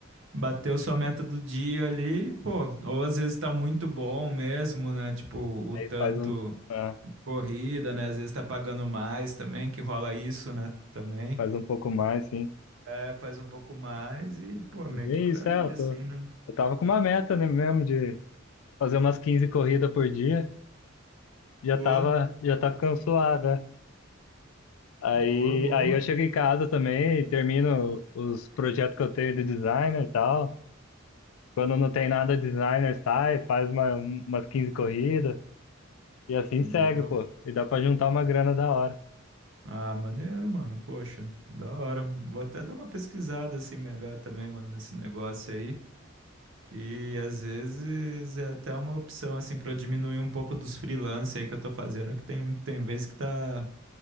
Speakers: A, on the right; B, on the left.
A: Bateu sua meta do dia ali, pô. Ou às vezes tá muito bom mesmo, né? Tipo, o
B: Aí
A: tanto
B: faz um... ah,
A: corrida, né? Às vezes tá pagando mais também, que rola isso, né? Também.
B: faz um pouco mais, sim.
A: É, faz um pouco mais e, pô, é
B: É
A: meio
B: bem
A: que por
B: isso,
A: aí,
B: é, eu tô,
A: assim, né?
B: eu tava com uma meta, né, mesmo de fazer umas 15 corridas por dia, já
A: Boa,
B: tava, já tá ficando suave, né? Aí,
A: boa, boa,
B: aí
A: mano.
B: eu chego em casa também e termino os projetos que eu tenho de designer e tal. Quando não tem nada designer, sai, faz uma, umas 15 corridas e assim
A: Boa.
B: segue, pô. E dá pra juntar uma grana da hora.
A: Ah, maneiro, mano. Poxa, da hora. Vou até dar uma pesquisada assim melhor também, mano, nesse negócio aí. Que às vezes é até uma opção, assim, pra eu diminuir um pouco dos freelance aí que eu tô fazendo, que tem, tem vezes que tá,